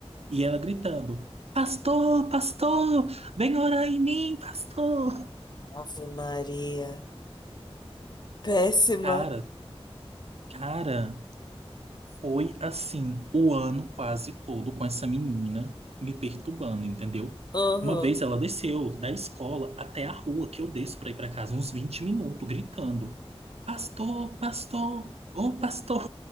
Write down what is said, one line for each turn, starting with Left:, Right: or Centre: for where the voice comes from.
Right: e ela gritando: Pastor, pastor, vem orar em mim, pastor.
Left: Ave Maria. Péssima.
Right: Cara, cara, Foi assim, o ano quase todo com essa menina me perturbando, entendeu?
Left: Aham.
Right: Uma vez ela desceu da escola até a rua que eu desço para ir para casa, uns 20 minutos, gritando: Pastor, pastor, ô pastor.